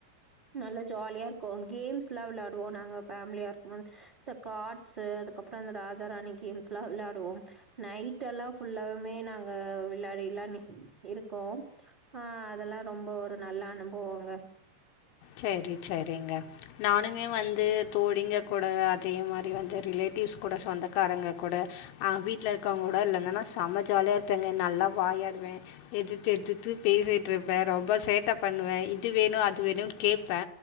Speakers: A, on the right; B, on the left.
A: நல்லா ஜாலியா இருக்கு கேம்ஸ்லா வெளையாடுவோ நாங்க ஃபேமிலியா இருக்கும் போது இந்த கார் ட்ஸு அதுக்கப்றோ இந்த ராஜா ராணி கேம்ஸ்லா வெளையாடுவோ நைட் எல்லாம் ஃபுல்லாவுமே நாங்க விளையாடி எல்லா இருக்கோம் ஆஹ் அதெல்லா ரொம்ப ஒரு நல்ல அனுபவம்ங்க
B: சரி சரிங்க நானுமே வந்து தோழிங்க கூட அதே மாரி வந்து ரிலேட்டிவ்ஸ் கூட சொந்தக்காரங்க கூட ஆ வீட்ல இருக்கவங்க கூட இல்லனன்னா செம ஜாலியா இருப்பேங்க நல்லா வாயாடுவே எதுத்து எதுத்து பேசிட்டு இருப்பே ரொம்ப சேட்ட பண்ணுவே இது வேணு அது வேணுன்னு கேப்பே